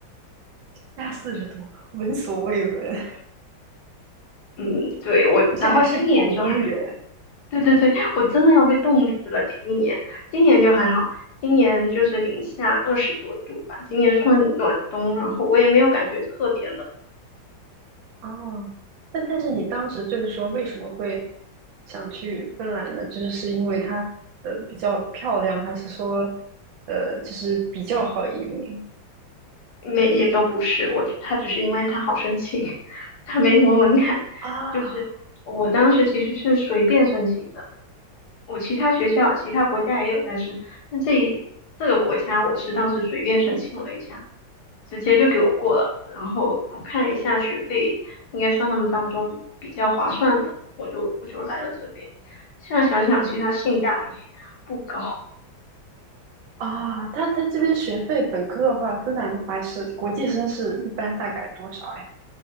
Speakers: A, on the right; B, on the left.
A: 加四十度，闻所未闻，
B: 嗯，对，我，
A: 而且还是广东人。
B: 然后今年就还好。对对对，我真的要被冻死了。第一年，今年就还好，今年就是零下二十多度吧，今年算暖冬，然后我也没有感觉特别冷。
A: 哦，那但是你当时就是说为什么会想去芬兰呢？就是是因为它呃比较漂亮，还是说呃就是比较好移民
B: 没也都不是，我他只是因为他好申请，<laughs> 他没什么门槛，
A: 啊
B: 就是我当时其实是随便申请的，我其他学校、其他国家也有在申，但这一这个国家我是当时随便申请了一下，直接就给我过了，然后我看了一下学费，应该算他们当中比较划算的，我就我就来了这边。现在想想，其实它性价比不高，
A: 啊？它它这边学费本科的话，芬兰的话是国际生是一般大概多少呀？